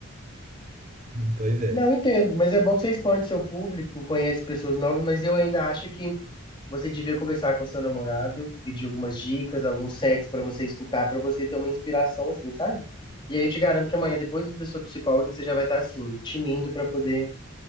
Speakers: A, on the right; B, on the left.
A: <laughs> Pois é.
B: Não, entendo, mas é bom que você expande seu público, conhece pessoas novas, mas eu ainda acho que Você devia conversar com seu namorado, pedir algumas dicas, alguns sets pra você escutar, pra você ter uma inspiração assim, sabe? E aí eu te garanto que amanhã, depois da sua psicóloga, você já vai estar assim, tinindo pra poder